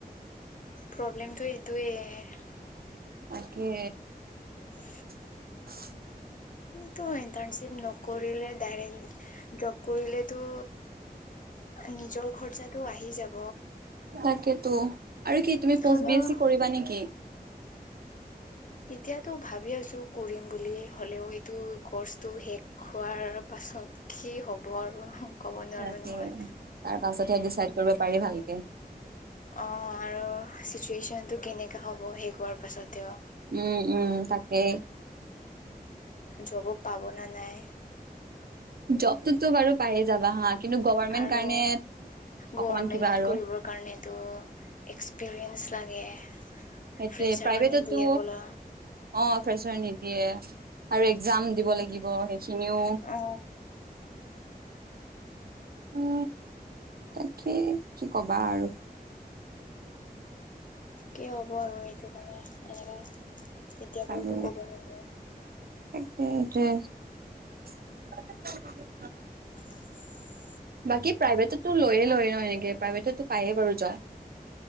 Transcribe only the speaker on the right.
তাকে
<unintelligible>
তাকেতো আৰু কি তুমি পষ্ট
বি এছ চি কৰিবা নেকি?
তাকে
তাৰ পাছতহে ডিচাইড কৰিব পাৰি ভালকে
উম উম তাকে
জবটোতো বাৰু পায়ে যাবা হা কিন্তু গভাৰমেন্ট
কাৰণে
অকমান কিবা আৰু
সেইটোয়ে
প্ৰাইভেটতো
অ ফ্ৰেচাৰ নিদিয়ে আৰু জাম দিব লাগিব সেইখিনিও
উ তাকে কি কবা আৰু
আৰু
তাকে সেইটোৱে <unintelligible>
বাকী প্ৰাইভেটো লৈয়ে লয় ন এনেকে প্ৰাইভেটতো পায়ে বাৰু জ্বব